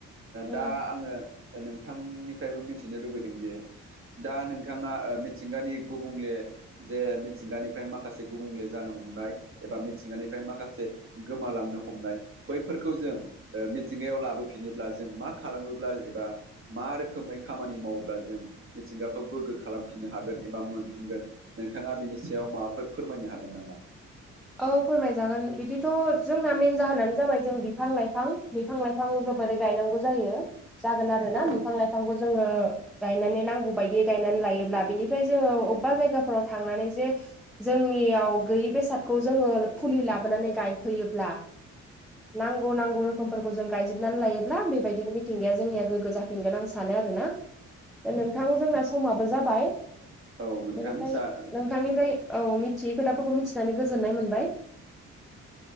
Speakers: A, in the centre; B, on the right.
A: उम
B: दा आङो ओ नोंथांनिफ्रायबो मिथिनो लुबैदों जे दा नोंथाङा मिथिंगानि गुबुंले जे मिथिंगानिफ्राय माखासे गुबुंले जानो हमनाय एबा मिथिंगानिफ्राय माखासे गोमालांनो हमनाय बैफोरखौ जों ओ मिथिंगायाव लाबोफिनोब्ला जों मा खालामोब्ला एबा मा रोखोमै खामानि माव अब्ला जों मिथिंगाखौ गोगो खालामफिननो हागोन एबा मोनफिनगोन नोंथाङा बिनि सायाव माबाफोर फोरमायनो हागोन नामा?
A: औ फोरमायजागोन बिदिथ' जोंना मेेन जाहोनानो जाबाय जों बिफां लाइफां, बिफां लाइ फां जोबोरै गायनांगौ जायो। जागोन आरोना
B: औ
A: बिफां लाइफांखौ जोङो गायनानै नांगौ बायदि गायनानै लायोब्ला बिनि ओमफ्राय जोङो
B: औ
A: अबबा जायगाफोराव थांनानै जे जोंनियाव गैयि बेसाद खौ जोङो फुलि लाबोनानै गायफैयोब्ला नांगौ नांगौ रोखोमफोरखौ जों गायजोबनानै लायोब्ला बेबायदिनो मिथिंगाया जोंनिया गोगो जा फिनगोन आं सानो आरोना दा नोंथां जोंना समाबो
B: औ
A: जाबाय
B: औ नोंथां
A: बेनिफ्राय
B: जाबाय
A: नों थांनिफ्राय औ मिथियै खोथाफोरखौ मिथिनानै गोजोननाय मोनबाय।